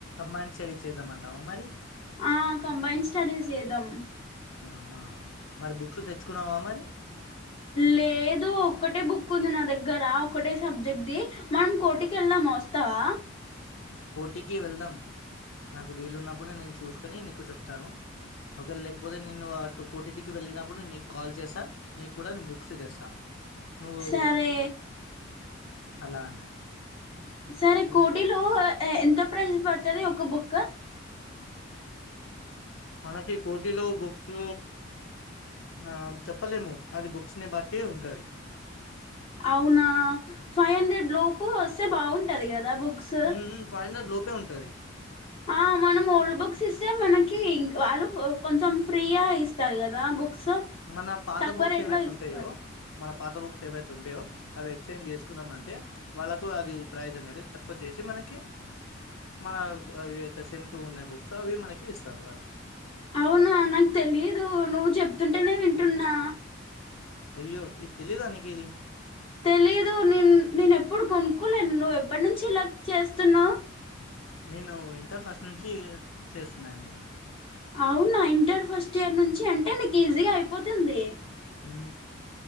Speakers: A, on the left; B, on the left.
A: మైండ్ స్టడీ చేద్దమంటావ మరి
B: ఆ కంబైన్డ్ స్టడీస్ చేదాం
A: ఆహా మరి బుక్స్ తెచ్చుకున్నావా మరి
B: లేదు ఒక్కటే బుక్ ఉంది నా దగ్గరా ఒకటే సబ్జెక్ట్ ది మనం కోటికెళ్దాం వస్తావా
A: కోటీకి వెళ్దాం నాకు వీలున్నప్పుడే నేను చూసుకుని నీకు చెప్తాను ఒకవేల లేకపోతే నేను అటు కోటికి వెళ్ళినప్పుడు నేను నీకు కాల్ చేస్తా నీకు కూడా నేను బుక్స్ తెస్తా నువ్వు
B: సరే
A: అలా అని
B: సరే
A: ఏం-
B: కోటిలో ఎంత ప్రైజ్ పడుతది ఒక బుక్
A: మనకి కోటీ లొ బుక్స్ ఆ చెప్పలేము అది బుక్స్ ని బట్టి ఉంటది
B: అవునా ఫైవ్ హండ్రెడ్ లోపు వస్తే బాగుంటది కదా బుక్స్
A: ఉ ఉ ఫైవ్ హండ్రెడ్ లోపే ఉంటది
B: ఆ మనం ఓల్డ్ బుక్స్ ఇస్తే మనకి వాళ్ళు కొంచెం ఫ్రీగ ఇస్తారు కదా బుక్స్
A: మన పాత
B: తక్కువ
A: బుక్స్
B: రేట్
A: ఏవైతే
B: లో ఇస్తారు
A: ఉంటాయో మన పాత బుక్స్ ఏవైతే ఉంటయో అవి ఎక్స్చేంజ్ చేసుకున్నాం అంటే వాళ్ళకు అది ప్రైజ్ అనేది తక్కువ చేసి మన మన అవి అయితే సేమ్ టూ ఉన్నాయి బుక్స్ అవి మనకి ఇస్తారు వాళ్ళు
B: అవునా నాకు తెలియదు నువ్వు చెప్తుంటేనే వింటున్నా
A: అయ్యో ఇది తెలీద నీకిది
B: తెలీదు నేను నేను ఎప్పుడు కొనుక్కోలేను నువ్వు ఎప్పటి నుంచి ఇలా చేస్తున్నావు
A: నేను ఇంటర్ ఫస్ట్ నుంచి చేస్తున్నాను ఇది
B: అవునా ఇంటర్ ఫస్ట్ ఇయర్ నుంచి అంటే నీకు ఈజీగా అయిపోతుంది
A: హ